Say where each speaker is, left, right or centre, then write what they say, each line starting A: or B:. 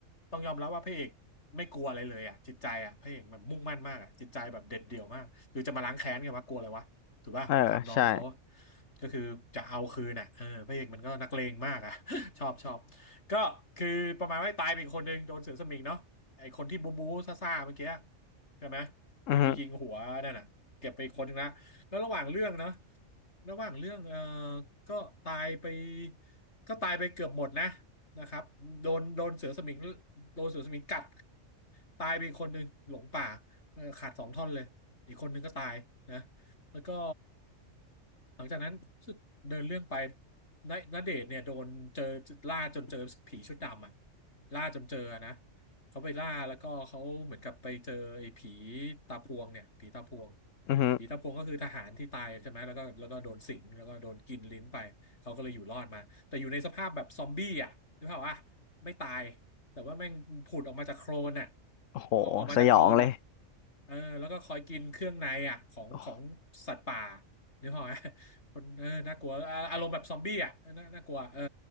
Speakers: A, on the left (about 60°); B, on the left (about 75°).
A: ต้องยอมรับว่าพระเอกไม่กลัวอะไรเลยอ่ะจิตใจอ่ะพระเอกมันมุ่งมั่นมากอ่ะจิตใจแบบเด็ดเดี่ยวมากคือจะมาล้างแค้นกันวะกลัวอะไรวะถูกป่ะไปทำน้องเขา
B: เออใช่
A: ก็คือจะเอาคืนอ่ะเออพระเอกมันก็นักเลงมากอ่ะ <laughs> ชอบชอบ ก็คือประมาณว่าตายเป็นคนหนึ่งโดนเสือสมิงเนาะไอคนที่บูบูซ่าๆเมื่อกี้ใช่ไหม
B: อือฮึ
A: ที่ไปยิงหัวนั่นน่ะเก็บไปคนหนึงละแล้วระหว่างเรื่องเนาะระหว่างเรื่องเออก็ตายไปก็ตายไปเกือบหมดนะนะครับโดนโดนเสือสมิงโดนเสือสมิงกัดตายไปอีกคนหนึ่งหลงป่าเออขาดสองท่อนเลยอีกคนหนึ่งก็ตายนะ แล้วก็หลังจากนั้นรู้สึกเดินเรื่องไปณณเดชน์เนี่ยโดนเจอล่าจนเจอผีชุดดำอ่ะล่าจนเจอนะเขาไปล่าแล้วก็เขาเหมือนกับไปเจอไอ้ผีตาพวงเนี่ยผีตาพวง
B: อือฮึ
A: ผีตาพวงก็คือทหารที่ตายใช่ไหมแล้วก็แล้วก็โดนสิงแล้วก็โดนกินลิ้นไปเขาก็เลยอยู่รอดมาแต่อยู่ในสภาพแบบซอมบี้อ่ะนึกภาพว่าไม่ตาย แต่ว่าแม่งผุดออกมาจากโคลนอ่ะ
B: โอ้โหสยองเลย
A: ออกออกมาจากโคลนอ่ะเออแล้วก็คอยกินเครื่องในอ่ะของของสัตว์ป่า
B: โอ้
A: นึกออกไหมคนเออน่ากลัวอ่าอารมณ์แบบซอมบี้อ่ะน่าน่ากลัวเออ